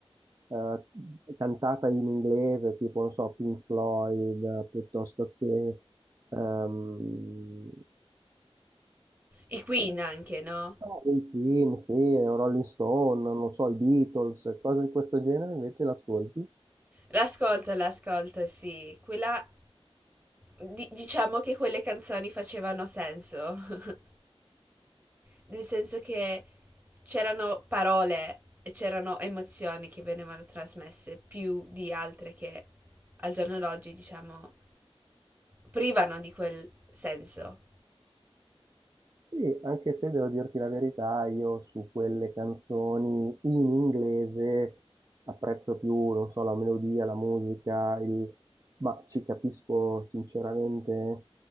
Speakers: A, on the right (about 35°); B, on the right (about 15°).
A: eh, eh, cantata in inglese, tipo, non so, Pink Floyd, eh, piuttosto che... ehm,
B: I Queen anche, no?
A: Ah, i film, sì, o Rolling Stone, non so, i Beatles, cose di questo genere invece l'ascolti.
B: L'ascolto, l'ascolto, sì. Quella... di- diciamo che quelle canzoni facevano senso, <laughs> nel senso che c'erano parole e c'erano emozioni che venivano trasmesse più di altre che al giorno d'oggi, diciamo privano di quel senso.
A: Sì, anche se devo dirti la verità, io su quelle canzoni in inglese apprezzo più, non so, la melodia, la musica, il... ma ci capisco sinceramente